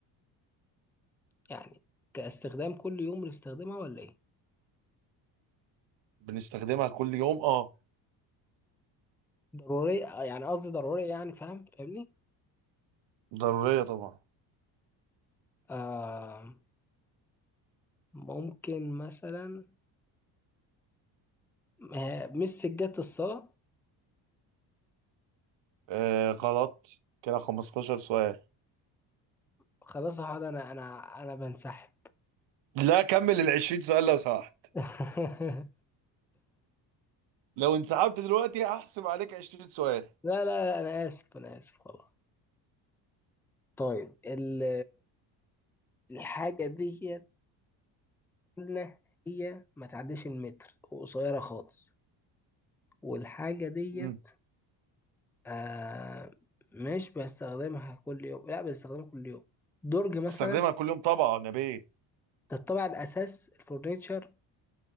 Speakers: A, in the centre; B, on the right.
A: يعني كاستخدام كل يوم بنستخدمها ولا ايه؟
B: بنستخدمها كل يوم أه
A: ضرورية آه، يعني قصدي ضرورية يعني فاهم فاهمني؟
B: ضرورية طبعا
A: آه ممكن مثلا آه، مش سجادة الصلاة
B: آه غلط كده 15 سؤال
A: خلاص يا حاج انا انا انا بنسحب
B: لا كمل ال 20 سؤال لو سمحت
A: <laughs>
B: لو انسحبت دلوقتي هحسب عليك 20 سؤال
A: لا لا لا، انا اسف انا اسف خلاص طيب ال- الحاجة دي إن هي ما تعديش المتر وقصيرة خالص والحاجة ديت
B: مم.
A: آه مش بستخدمها كل يوم لا بستخدمها كل يوم درج مثلا
B: بستخدمها كل يوم طبعا يا بيه
A: ده الطابع الأساس الفurniture